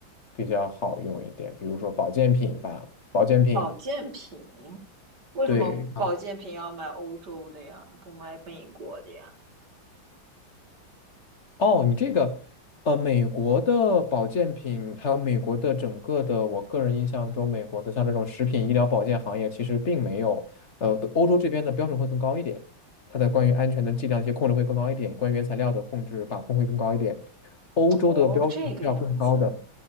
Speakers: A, on the left; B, on the right.
A: 比较好用一点，比如说保健品吧，保健品，
B: 保健品，为什么保健品要买欧洲的呀？
A: 对。
B: 不买美国的呀？
A: 哦，你这个，呃，美国的保健品，还有美国的整个的，我个人印象中，美国的像这种食品医疗保健行业，其实并没有，呃，欧洲这边的标准会更高一点，它的关于安全的剂量一些控制会更高一点，关于原材料的控制把控会更高一点，欧洲的标准是要更高的。
B: 哦，这个样子，